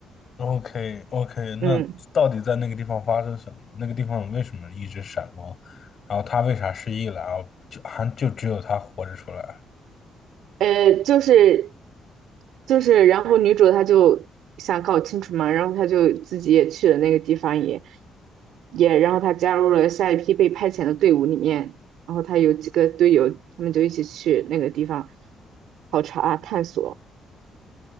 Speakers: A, on the left (about 45°); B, on the right (about 80°).
A: o k o k 那到底在那个地方发生什么？
B: 嗯。
A: 那个地方为什么一直闪光？然后他为啥失忆了？然后就还就只有他活着出来。
B: 呃，就是就是，然后女主她就想搞清楚嘛，然后她就自己也去了那个地方也，也然后她加入了下一批被派遣的队伍里面，然后她有几个队友，他们就一起去那个地方考察啊探索。